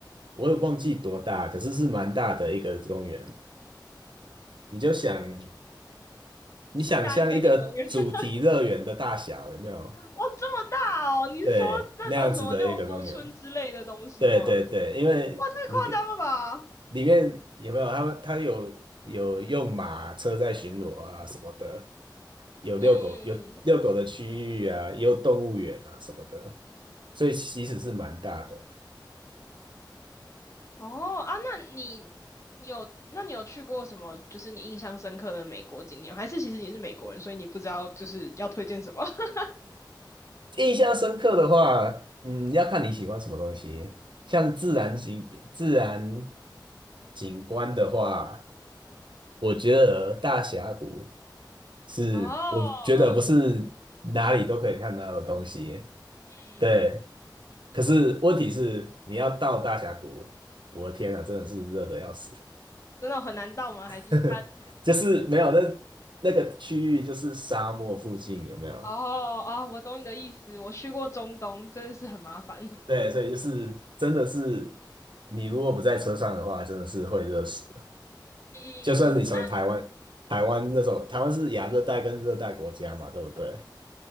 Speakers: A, on the right; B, on the left.
A: 我也忘记多大，可是是蛮大的一个公园。你就想你想象一个主题乐园的大小有没有？
B: 是大安森林公园。<laughs> 哇，这么大哦！你是说那种什么六福村之类的东西吗？
A: 对，那样子的一个公园。对对对，因为你
B: 哇，太夸张了吧！嗯
A: 里面有没有他们？他有有用马车在巡逻啊什么的，有遛狗，
B: 嗯嗯。
A: 有遛狗的区域啊，也有动物园啊什么的，所以其实是蛮大的。
B: 哦啊，那你有那你有去过什么？就是你印象深刻的美国景点还是其实你是美国人，所以你不知道就是要推荐什么？<laughs>
A: 印象深刻的话，嗯，要看你喜欢什么东西。像自然景自然
B: 嗯，
A: 景观的话，我觉得大峡谷是，
B: 哦，
A: 我觉得不是哪里都可以看到的东西。
B: 哦，嗯，
A: 对，可是问题是你要到大峡谷，我的天啊，真的是热的要死，
B: 真的很难到吗？还是他？
A: <laughs> 就是没有那那个区域就是沙漠附近有没有？
B: 哦哦，我懂你的意思。我去过中东，真的是很麻烦。<laughs>
A: 对，所以就是真的是你如果不在车上的话，真的是会热死的。
B: 嗯，
A: 就算你从台湾，
B: 那
A: 台湾那种台湾是亚热带跟热带国家嘛，对不对？